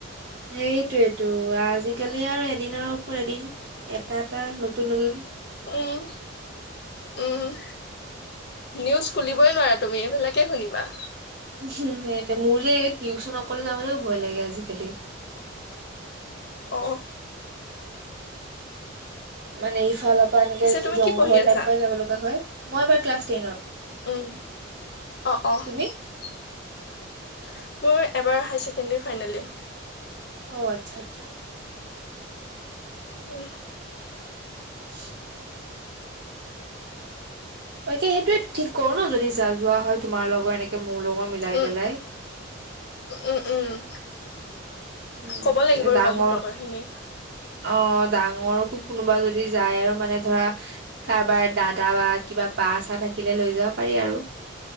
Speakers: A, on the right; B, on the left.
A: সেইটোয়েতো আজিকালি আৰু এদিনৰ ওপৰত এদিন এটা এটা নতুন নতুন
B: উম, উম। নিউজ খুলিবই নোৱাৰা তুমি এইবিলাকে শুনিবা।
A: সেইটোৱে, মোৰ যে টিউচন অকলে যাবলৈও ভয় লাগে আজিকালি।
B: অ'।
A: মানে ইফালৰ পৰা এনেকে
B: পিছে তুমি
A: জংঘল
B: কি পঢ়ি আছা
A: টাইপৰ পৰাই যাব লগা হয়, মই এইবাৰ ক্লাছ টেনত।
B: উম, অ', অ'।
A: তুমি
B: মোৰ এবাৰ হায় ছেকেণ্ডাৰী ফাইনেল দিম।
A: অ' আচ্ছা আচ্ছা।
B: উ।
A: <inaudible> বাকী সেইটোয়ে ঠিক কৰোঁ ন' যদি যা যোৱা হয় তোমাৰ লগৰ এনেকে মোৰ লগৰ মিলাই
B: উম
A: পেলাই।
B: উম, উম,
A: উম
B: ক'ব লাগিব
A: এ ডাঙৰ
B: ৰ'বা মোৰ লগৰখিনি।
A: অ', ডাঙৰকো কোনোবা যদি যায় আৰু মানে ধৰা কাৰোবাৰ দাদা বা কিবা বা চা থাকিলে লৈ যাব পাৰি আৰু।